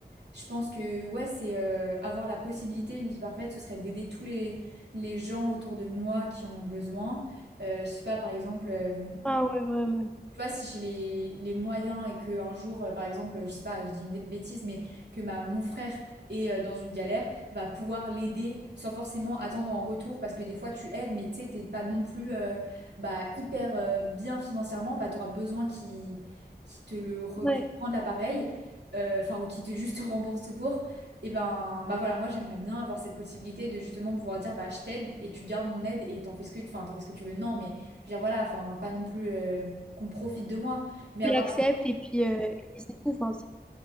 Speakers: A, on the right (about 80°); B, in the centre.
A: Je pense que ouais, c'est euh, avoir la possibilité, une vie parfaite, ce serait d'aider tous les, les gens autour de moi qui en ont besoin. Euh, je sais pas, par exemple, euh,
B: Ah ouais, vraiment.
A: tu vois, si j'ai les, les moyens et que un jour, euh, par exemple, je sais pas, je dis une dé- bêtise, mais que ma, mon frère est euh, dans une galère, va pouvoir l'aider sans forcément attendre en retour, parce que des fois tu aides, mais tu sais, t'es pas non plus euh, bah, hyper euh, bien financièrement, bah, tu auras besoin qu'il qu'il te le re-
B: Ouais.
A: qu'il te rende l'appareil, euh, enfin, ou qu'il te juste <laughs> rembourse tout court. Et ben, bah voilà, moi j'aimerais bien avoir cette possibilité de justement pouvoir dire, bah je t'aide et tu gardes mon aide et t'en fais ce que, enfin, t'en fais ce que tu veux. Non, mais je veux dire, voilà, enfin, pas non plus. euh, qu'on profite de moi. Mais avoir,
B: Tu l'acceptes et puis, euh, et puis c'est tout. Enfin, c'est-